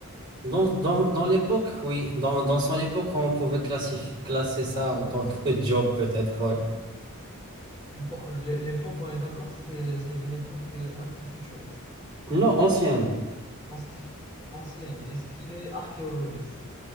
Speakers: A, on the right; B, on the left.
A: Dans, dans, dans l'époque, oui. Dans, dans son époque, on pouvait classif- classer ça en tant que <laughs> job, peut-être, ouais.
B: Du coup, l'é- l'époque, on est d'accord, c'est c'est une époque euh, un peu futuriste.
A: Non, ancienne.
B: Anci- Ancienne. Est-ce qu'il est archéologiste?